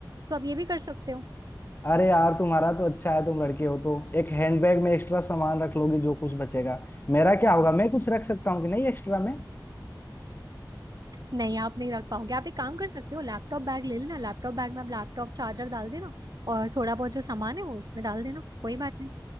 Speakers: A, on the right; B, on the left.
A: तो आप ये भी कर सकते हो
B: अरे यार तुम्हारा तो अच्छा है तुम लड़के हो तो एक हैंडबैग में एक्स्ट्रा सामान रख लोगे जो कुछ बचेगा मेरा क्या होगा मैं कुछ रख सकता हूँ कि नहीं एक्स्ट्रा में
A: नहीं आप नहीं रख पाओगे आप एक काम कर सकते हो लैपटॉप बैग ले लेना लैपटॉप बैग में आप लैपटॉप चार्जर डाल देना और थोड़ा बहुत जो सामान है वो उसमें डाल देना कोई बात नहीं